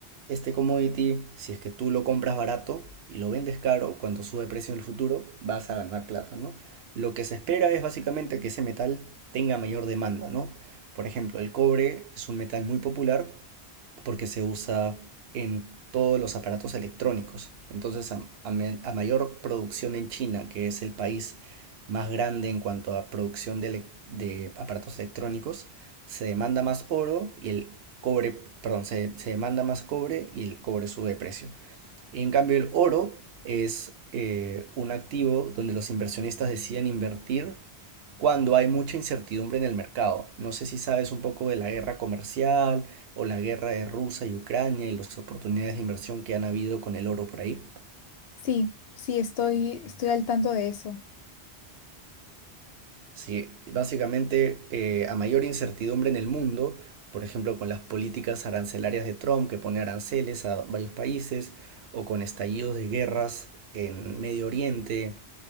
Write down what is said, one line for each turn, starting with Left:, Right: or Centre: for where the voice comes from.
Right: este commodity, si es que tú lo compras barato y lo vendes caro, cuando sube de precio en el futuro, vas a ganar plata, ¿no? Lo que se espera es básicamente que ese metal tenga mayor demanda, ¿no? Por ejemplo, el cobre es un metal muy popular porque se usa en todos los aparatos electrónicos. Entonces, a, a a mayor producción en China, que es el país más grande en cuanto a producción de, de aparatos electrónicos, se demanda más oro y el cobre, perdón, se, se demanda más cobre y el cobre sube de precio. Y en cambio, el oro es eh, un activo donde los inversionistas deciden invertir cuando hay mucha incertidumbre en el mercado. No sé si sabes un poco de la guerra comercial o la guerra de Rusia y Ucrania y las oportunidades de inversión que han habido con el oro por ahí.
Left: Sí, sí, estoy, estoy al tanto de eso.
Right: Sí, básicamente eh, a mayor incertidumbre en el mundo, por ejemplo con las políticas arancelarias de Trump que pone aranceles a varios países o con estallidos de guerras en Medio Oriente